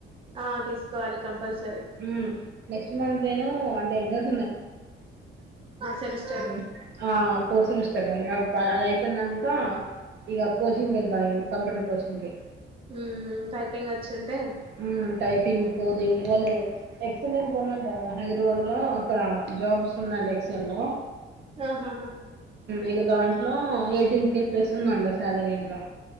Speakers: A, on the right; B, on the right.
A: ఆ తీసుకోవాలి కంపల్సరీ
B: మ్మ్ నెక్స్ట్ మంత్ నేను అంటే ఎగ్జామ్
A: సెమిస్
B: మ్మ్ ఆ ఫోర్ సెమిస్ సరే అది అయిపోయినంక ఇగ కోచింగ్ వెళ్తా కంప్యూటర్ కోచింగ్ కి
A: మ్మ్ టైపింగ్ వచ్చి ఉంటే
B: హ్మ్. టైపింగ్ కోదింగ్ వాళ్ళు ఎక్సలెంట్ కొంట కదా హైదరాబాద్ లో అక్కడ జాబ్స్ ఉన్నాడి ఎక్సలె లో
A: ఆహా హా
B: ఇక దాంట్లో ఎయిటీన్ కే ప్లెస్ ఉందంట సాలరీ ఇంకా